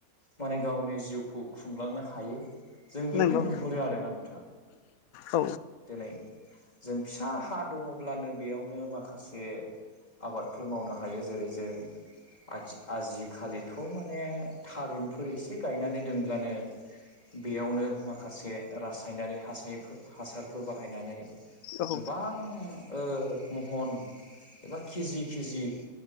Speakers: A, on the left; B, on the left.
A: माने गावनि जिउखौ खुंलांनो हायो। जों बेखौ
B: नंगौ
A: नुहुरो आरोना नोंथा।
B: औ
A: दिनै जों फिसा हा दङब्लानो बेयावनो माखासे आबादफोर मावनो हायो जेरै जों आजिखालिथ' माने थारुनफोर एसे गायनानै दोनब्लानो बेयावनो माखासे रासायनारि हासाय हासारफोर बाहायनानै
B: औ
A: गोबां ओ महन एबा केजि - केजि